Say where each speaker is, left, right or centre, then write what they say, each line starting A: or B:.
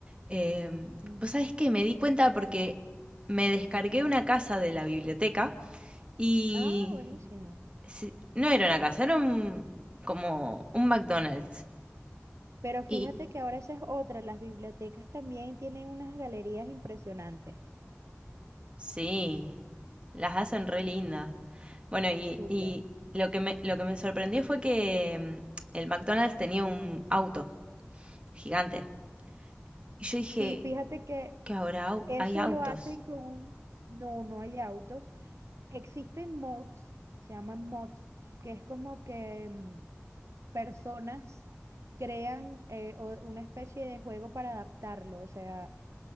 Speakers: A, on the right; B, on the right.
A: em,
B: Mm.
A: vos sabés que me di cuenta porque me descargué una casa de la biblioteca y
B: Ah, buenísimo.
A: se- no era una casa, era un, como un McDonald's.
B: Pero fíjate
A: Y
B: que ahora esa es otra, las bibliotecas también tienen unas galerías impresionantes.
A: Sí, las hacen re lindas. Bueno, y,
B: Súper.
A: y lo que me, lo que me sorprendió fue que mm, el McDonald's tenía un auto gigante. Y yo dije,
B: Sí, fíjate que
A: que ahora au-
B: eso
A: hay autos.
B: lo hacen con un... No, no hay autos. Existen mods, se llaman mods, que es como que mm, personas crean eh, o- una especie de juego para adaptarlo. O sea,